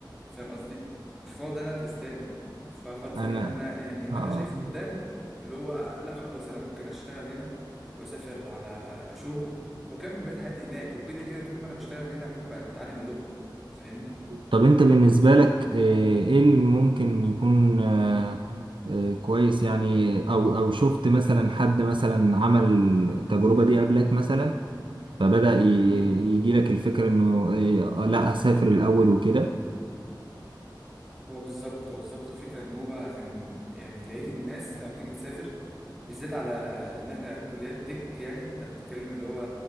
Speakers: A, in the centre; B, on the right.
A: فاهم قصدي مش هقعد انا ادرس تاني فخل... فانا
B: انا
A: انا يعني اللي
B: آه.
A: انا شايفه قدام اللي هو لا خلاص انا ممكن اشتغل هنا واسافر على شغل واكمل بقيت حياتي هناك وكده كده طول ما انا بشتغل هنا هكون بتعلم اللغة فاهمني
B: طب انت بالنسبة لك آه، ايه اللي ممكن يكون آه، آه، كويس يعني او او شفت مثلا حد مثلا عمل التجربة دي قبلك مثلا فبدأ ي-
A: امم
B: يجيلك الفكرة انه آه، لا اسافر الاول وكده
A: هو بالظبط هو بالظبط الفكرة ان هو كان يعني لقيت الناس لما بتيجي تسافر بالذات على ان احنا كليات تك يعني انت بتتكلم اللي هو